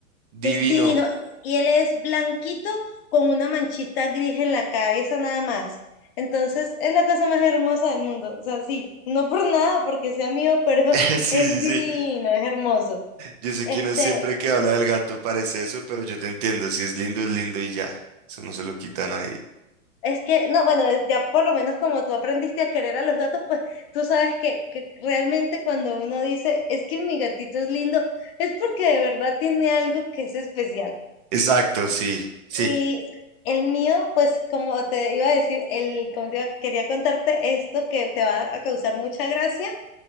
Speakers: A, on the right; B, on the left.
A: divino.
B: Es divino. Y él es blanquito con una manchita gris en la cabeza nada más. Entonces es la cosa más hermosa del mundo. O sea, sí, no por nada, porque sea mío, pero
A: <laughs>
B: <laughs>
A: Sí,
B: es
A: sí,
B: divino,
A: sí.
B: es hermoso.
A: Yo sé
B: Este,
A: que uno siempre que habla del gato parece eso, pero yo te entiendo. Si es lindo, es lindo y ya. Eso no se lo quitan ahí.
B: es que, no, bueno, es- ya por lo menos como tú aprendiste a querer a los gatos, pues tú sabes que, que realmente cuando uno dice, es que mi gatito es lindo, es porque de verdad tiene algo que es especial.
A: Exacto, sí, sí,
B: Y el mío, pues como te iba a decir, el, como te iba- quería contarte esto que te va a causar mucha gracia